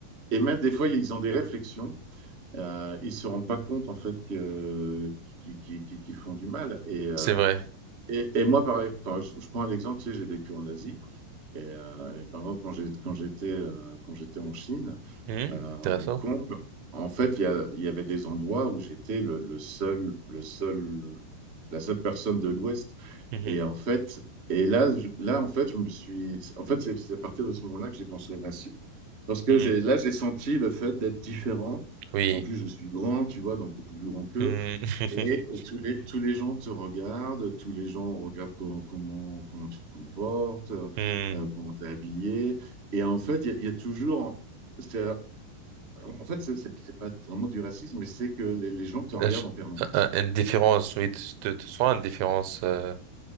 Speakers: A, on the right; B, on the right.
A: et même des fois ils ont des réflexions euh, ils se rendent pas compte en fait que qu'ils qu'ils- qu'ils- qu'ils font du mal et euh,
B: c'est vrai,
A: et, et moi, par, par- je, je prends un exemple, tu sais, j'ai vécu en Asie. Et, euh, et par exemple, quand j'ai, quand j'étais, euh, quand j'étais en Chine,
B: Hmm,
A: euh, à
B: intéressant.
A: Hong Kong, en fait, il y a- il y avait des endroits où j'étais le, le seul, le seul, la seule personne de l'Ouest.
B: Mmh.
A: Et en fait, et là, je- là, en fait, je me suis, en fait, c'est c'est à partir de ce moment-là que j'ai pensé au racisme. Parce que
B: Hmm.
A: j'ai, là, j'ai senti le fait d'être différent.
B: Oui.
A: En plus, je suis grand, tu vois, donc beaucoup plus grand qu'eux.
B: Hmm. <laughs>
A: Et, et tous les, tous les gens te regardent, tous les gens regardent comment, comment, comment tu te comportes, euh,
B: Hmm.
A: euh, comment tu es habillé. Et en fait, il y, a il y a toujours. c'est- En fait, c'est c'est- c'est pas vraiment du racisme, mais c'est que les, les gens te regardent
B: Euh, je-
A: en permanence.
B: euh, euh, Une différence, oui, tu tu- tu une différence. euh,